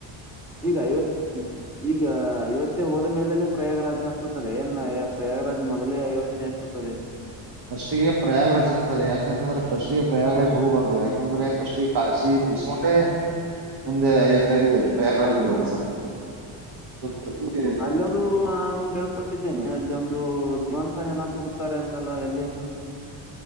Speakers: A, in the centre; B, on the right.
A: ಈಗ ಇವತ್ತು ಈಗ ಅಯೋಧ್ಯೆ ಹೋದ ಮೇಲೆನೆ ಪ್ರಯಾಗರಾಜ ಹತ್ತುತ್ತದೆ ನ್ ಪ್ರಯಾಗರಾಜ ಮೊದಲೇ ಅಯೋಧ್ಯೆ ಎತ್ತುತ್ತದೆ
B: ಫಸ್ಟ್ ಪ್ರಯಾಗರಾಜ್ತ್ ಸರ್ ಯಾಕಂತಂದ್ರೆ ಫಸ್ಟ್ ಪ್ರಯಾಗರಾಜ್ ಹೋಗಬಾರು ಯಾಕಂದ್ರೆಫಸ್ಗೆ ಕಾಶಿ ಮುಗಿಸಕೊಂಡ್ರೆ ಮುಂದೆ ಐವತ್ತೈದು ಪ್ರಯಾಗರಾಜ್ಪುರ
A: ಹೌದು
B: ಹೋಗ್ಸರ್ ಪ್ರತಿಕ್ರಿಯೆ
A: ಅಲ್ಲಿಂದು ನಾನು ಗೆಲ್ಪಟ್ಟ ದ್ದೇನೆ ಅಲ್ಲಿ ಒಂದು ಜೀವಂತ ಹೆನ ಸುಡುತ್ತಾರೆ ಅಂತಲ್ಲ ಎಲ್ಲಿೂ